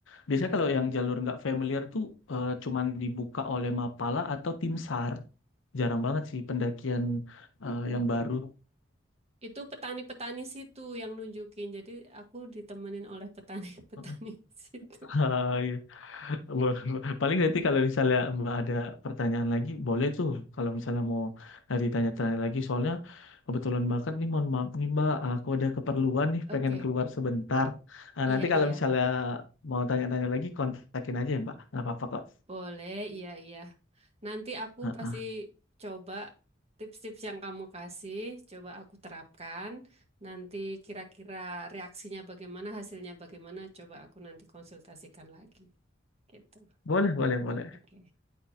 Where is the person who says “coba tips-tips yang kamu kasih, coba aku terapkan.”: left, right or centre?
Right